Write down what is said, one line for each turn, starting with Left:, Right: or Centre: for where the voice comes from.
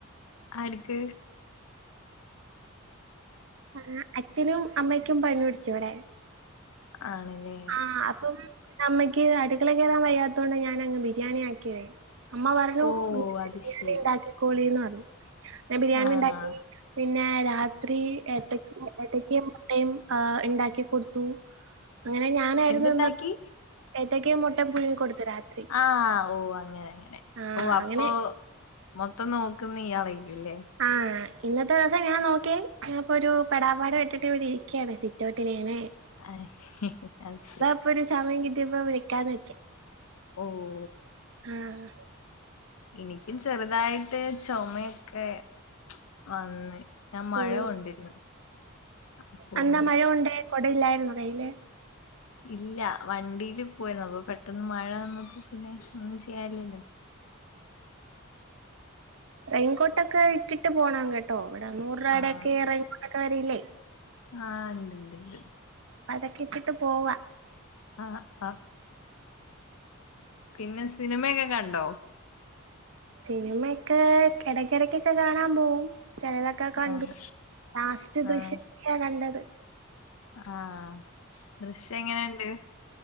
Left: ആര്ക്ക്?
Right: ആഹ് അച്ഛനും അമ്മക്കും പനി പിടിച്ചു ഇവടെ.
Left: ആണ്ല്ലേ?
Right: ആഹ് അപ്പം എന്റെ അമ്മക്ക് അടുക്കള കേറാൻ വയ്യാത്തോണ്ട ഞാനങ്ങ് ബിരിയാണി ആക്കിയതെ. അമ്മ പറഞ്ഞു
Left: ഓ അത്
Right: ഞാന്
Left: ശരി
Right: ഇണ്ടാക്കി കോളീന്ന് പറഞ്ഞു ഞാ ബിരിയാണി
Left: ആഹ്
Right: ഇണ്ടാക്കി പിന്നെ രാത്രി- ത്രി ഏത്ത ഏത്തക്കെയും മുട്ടയും ഇണ്ടാക്കി കൊടുത്തു. അങ്ങനെ ഞാനായിരുന്നു
Left: എന്തുണ്ടാക്കി
Right: ഇന്നത്തെ ഏത്തക്കേം മുട്ടയും പുഴുങ്ങി കൊടുത്തു രാത്രി.
Left: ആഹ് ഓ അങ്ങനെ അങ്ങനെ
Right: ആഹ്
Left: ഓ അപ്പൊ
Right: അങ്ങനെ
Left: മൊത്തം നോക്കുന്നെ ഇയാളേക്കുല്ലേ?
Right: ആഹ് ഇന്നത്തെ ദിവസം ഞാൻ നോക്കി ഞാ ഇപ്പൊരു പെടാപാട് പെട്ടിട്ട് ഇവിടിരിക്കാണ് സിറ്റൗട്ടില്ങ്ങനെ
Left: അയ് അഹ് ശരി
Right: ഇപ്പൊരു സമയം കിട്ടിയപ്പോ വിളിക്കാന്ന് വെച്ച്.
Left: ഓഹോ
Right: ആഹ്
Left: ഇനിക്കും ചെറുതായിട്ട് ചൊമയൊക്കെ വന്ന്. ഞാൻ മഴ
Right: ഉം
Left: കൊണ്ടിര്ന്ന്. അപ്പം
Right: അന്നാ മഴ കൊണ്ടേ കൊടയില്ലായിരുന്നോ കയ്യില്?
Left: ഇല്ല വണ്ടിയില് പോവായിര്ന്നു അപ്പൊ പെട്ടെന്ന് മഴ വന്നപ്പോ പിന്നെ ഒന്നും ചെയ്യാനില്ലല്ലോ?
Right: റെയിൻ കോട്ടൊക്കെ ഇട്ടിട്ടി പോണം കേട്ടോ? ഇവിടെ നൂറ് രൂപായിടൊക്കെ
Left: ആഹ്
Right: റെയിൻ കോട്ടക്കെ വരില്ലേ
Left: ആഹ് ഇണ്ട്ണ്ട്ണ്ട്ണ്ട്.
Right: അതൊക്ക് ഇട്ടിട്ട് പോവാ.
Left: ആഹ് ആഹ് പിന്നെ സിനിമയൊക്കെ കണ്ടോ?
Right: സിനിമയൊക്കെ എടക്കെടക്ക് ഒക്കെ കാണാൻ പോകും ചെലതൊക്കെ ഒക്കെ കണ്ടു
Left: ആഹ്
Right: ലാസ്റ്റ് ദൃശ്യം
Left: ആഹ്
Right: ത്രീയാ കണ്ടത്.
Left: ആഹ് ദൃശ്യം എങ്ങനെണ്ട്